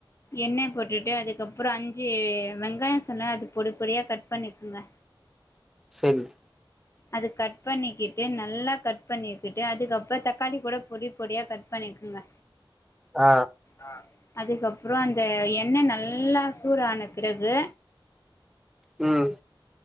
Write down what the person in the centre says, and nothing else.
செரிங்
ஆ
உம்